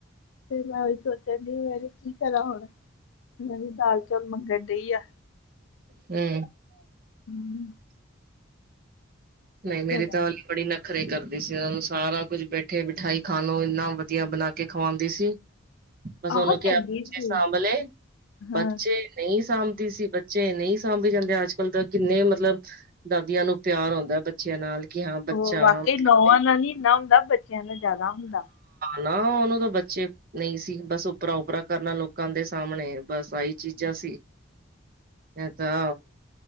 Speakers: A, on the left; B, on the right.
A: ਫਿਰ ਮੈਂ ਉਹੀ ਸੋਚਿਆ ਡਈ ਆ ਕੀ ਕਰਾਂ ਹੁਣ ਮੈਂ ਦਾਲ ਚੌਲ ਮੰਗਣ ਡਈ ਆ।
B: ਹੂੰ
A: ਹੂੰ
B: ਨਹੀਂ ਮੇਰੀ
A: ਚਲੋ
B: ਤਾਂ ਹਲੀ ਬੜੀ ਨ ਖਰੇ ਕਰਦੀ ਸੀ ਉਹਨਾਂ ਨੂੰ ਸਾਰਾ ਕੁੱਝ ਬੈਠੇ ਬਿਠਾਈ ਖਾਣ ਨੂੰ ਇੰਨਾ ਵਧੀਆ ਬਣਾ ਕੇ ਖਵਾਉਂਦੀ ਸੀ।
A: <inaudible>
B: ਬਸ ਉਹਨੂੰ ਕਿਹਾ
A: ਚੰਗੀ
B: ਬੱਚੇ
A: ਸੀ
B: ਸਾਂਭ ਲੈ,
A: ਹਾਂ
B: ਬੱਚੇ ਨਹੀਂ ਸਾਂਭਦੀ ਸੀ ਬੱਚੇ ਨਹੀਂ ਸਾਂਭੀ ਜਾਂਦੇ ਅੱਜ ਕੱਲ ਤਾਂ ਕਿੰਨੇ ਮਤਲਬ ਦਾਦੀਆਂ ਨੂੰ ਪਿਆਰ ਆਉਂਦਾ ਬੱਚਿਆਂ ਨਾਲ। ਕਿ ਹਾਂ ਬੱਚਾ
A: ਉਹ ਵਾਕਈ
B: ਮਤਲਬ
A: ਨੌਵਾਂ
B: ਹਾਂ
A: ਨਾਲ ਨੀ ਇੰਨਾ ਹੁੰਦਾ ਬੱਚਿਆਂ ਨਾਲ ਜ਼ਿਆਦਾ ਹੁੰਦਾ
B: ਨਾ ਉਹਨੂੰ ਤਾਂ ਬੱਚੇ ਨਹੀਂ ਸੀ ਬਸ ਉੱਪਰਾ ਉਪਰਾ ਕਰਨਾ ਲੋਕਾਂ ਦੇ ਸਾਹਮਣੇ ਬਸ ਆਈ ਚੀਜਾਂ ਸੀ। ਇਹ ਤਾਂ